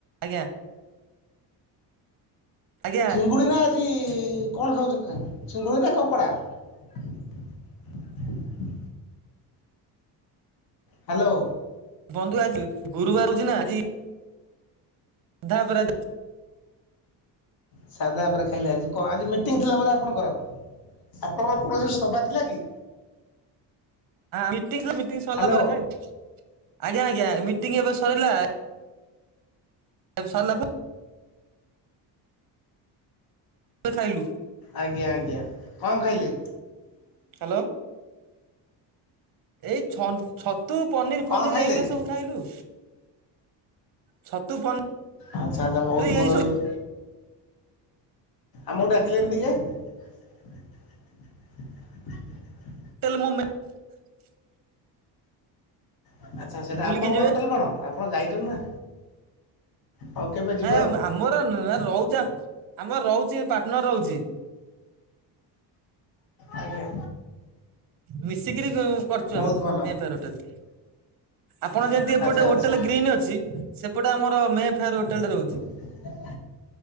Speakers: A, on the right; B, on the left.
A: ଆଜ୍ଞା। ଆଜ୍ଞା
B: ଚିଙ୍ଗୁଡ଼ି ନା ଆଜି କଣ ଖାଉଛନ୍ତି ନା ଚିଙ୍ଗୁଡ଼ି ନା କଙ୍କଡ଼ା। ହ୍ୟାଲୋ।
A: ବନ୍ଧୁ ଆଜି ଗୁରୁବାର ଅଛି ନା ଆଜି ସାଧା ଉପରେ
B: ସାଧା ଭାବରେ ଖାଇଲେ ଆଜି କଣ ଆଜି ମିଟିଂ ଥିଲା ପରା ଆପଣଙ୍କର। ଆପଣଙ୍କର କୌଣସି ସଭା ଥିଲା କି?
A: ମିଟିଂ ମିଟିଂ ସରିଲା
B: ହ୍ୟାଲୋ
A: ପରେ ଖାଇବି ଆଜ୍ଞା ଆଜ୍ଞା ମିଟିଂ ଏବେ ସଇଲା। ଏବେ ସରିଲା ପା ଏବେ ଖାଇଲୁ।
B: ଆଜ୍ଞା ଆଜ୍ଞା କଣ ଖାଇଲେ?
A: ହ୍ୟାଲୋ ଏଇ ଛନ୍ -ଛତୁ ପନିର
B: କଣ
A: ଫନିର
B: ଖାଇଲେ?
A: ଏଇଗୁରା ସବୁ ଖାଇଲୁ। ଛତୁ ପନିର
B: ଆଚ୍ଛା ଆଚ୍ଛା ବହୁତ ଭଲ
A: ଏଇ ସବୁ
B: କଲେ ଆମକୁ ଡାକିଲେନି ଟିକେ? <unintelligible>
A: ତେଲମମେ <unintelligible>
B: ଆଚ୍ଛା ଆଛା। ସେଇଟା
A: ବୁଲିକି
B: ଆପଣଙ୍କର
A: ଯିବେ
B: ହୋଟେଲ କଣ? ଆପଣ ଯାଇଛନ୍ତି ନା? ହଉ କେବେ ଯିବା
A: ଆଜ୍ଞା
B: ଆଉ।
A: ଆମର ରହୁଛି। ଆମର ରହୁଛି, ପାଟନର ରହୁଛି।
B: ଆଜ୍ଞା।
A: ମିଶିକିରି, କରୁଛୁ
B: ବହୁତ
A: ଆମେ।
B: ଭଲ।
A: Mayfair hotel. ଆପଣ ଯେମିତି ଏପଟେ
B: ଆଚ୍ଛା ଆଚ୍ଛା।
A: ହୋଟେଲ ଗ୍ରୀନ୍ ଅଛି। ସେପଟେ ଆମର ମେ ଫେୟାର ହୋଟେଲରେ ରହୁଛି।
B: <unintelligible>